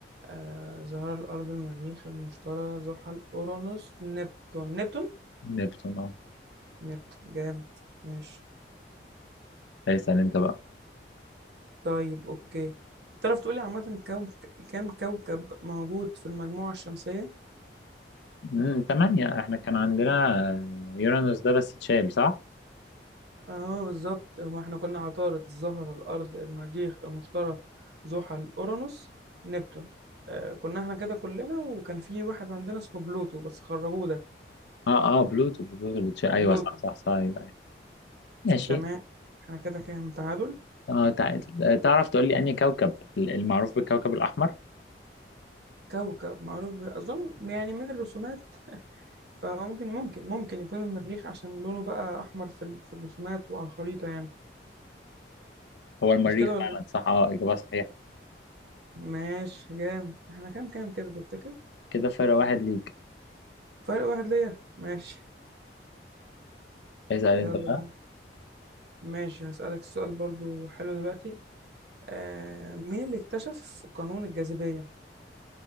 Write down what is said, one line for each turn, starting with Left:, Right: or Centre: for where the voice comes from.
Right: أه... زهرة الأرض المريخ المشتري زحل أورانوس نبتون نبتون؟
Left: نبتون اه
Right: نبتون جامد ماشي
Left: اسأل انت بقى
Right: طيب أوكي تعرف تقول لي عامة كوكب... كام كوكب موجود في المجموعة الشمسية؟
Left: مم، تمانية احنا كان عندنا آه، يورانوس ده بس اتشال صح؟
Right: اه بالظبط هما احنا كنا عطارد الزهرة الأرض المريخ المشتري زحل أورانوس نبتون آه كنا احنا كده كلنا وكان في واحد عندنا اسمه بلوتو بس خرجوه ده
Left: اه اه بلوتو بلوتو اللي تش- ايوه
Right: بلوتو
Left: صح صح صح ايوه أيوة. ماشي
Right: تمام احنا كده كام تعادل
Left: اه تعال آه، تعرف تقول لي انهي كوكب ال- المعروف بالكوكب الاحمر
Right: كوكب معروف ب- أظن يعني من الرسومات فممكن ممكن ممكن يكون المريخ عشان لونه بقى أحمر في, ال- في الرسومات وعلى الخريطة يعني
Left: هو المريخ
Right: مش كده ولا
Left: فعلا
Right: إيه؟
Left: صح اه اجابه صحيحه
Right: ماشي جامد احنا كام كام كده تفتكر
Left: كده فرق واحد ليك
Right: فرق واحد ليا ماشي
Left: اسال انت
Right: يلا
Left: بقى
Right: ماشي هسألك السؤال برضو حلو دلوقتي آه مين اللي اكتشف قانون الجاذبية؟